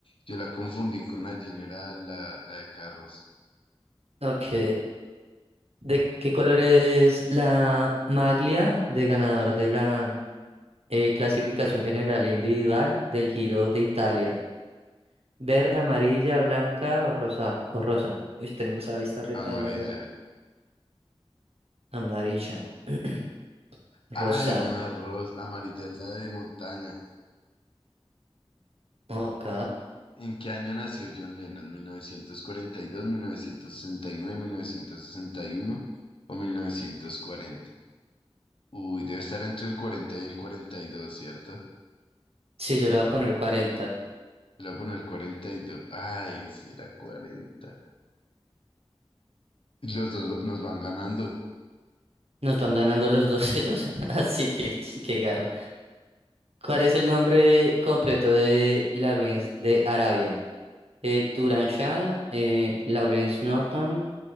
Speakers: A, on the left (about 60°); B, on the right (about 80°).
A: yo la confundí con la General, la, la de carros.
B: Ok, ¿de qué color es la maglia de ganador de la Eh, clasificación general e individual del Giro de Italia. Verde, amarilla, blanca o rosa. O rosa. Uy, tengo esa vista repaila
A: Amarilla.
B: ya. Amarilla. <clears throat>
A: Ay,
B: Rosa.
A: no, es rosa. Amarilla es la de montaña.
B: Ok.
A: ¿En qué año nació John Lennon? Mil mil mil novecientos novecientos novecientos cuarenta y y dos, mil novecientos sesenta y nueve, mil novecientos sesenta y uno o 1940. Uy, debe estar entre el cuarenta y el 42, ¿cierto?
B: Sí, yo le voy a poner cuarenta.
A: Le voy a poner 42. Ay, si era 40. Y Los dos va- nos van ganando.
B: Nos van ganando los dos ellos, <laughs> así que <laughs> qué garra. ¿Cuál es el nombre completo de Lawrence de Arabia? Eh, Turan Shah, eh, Lawrence Norton,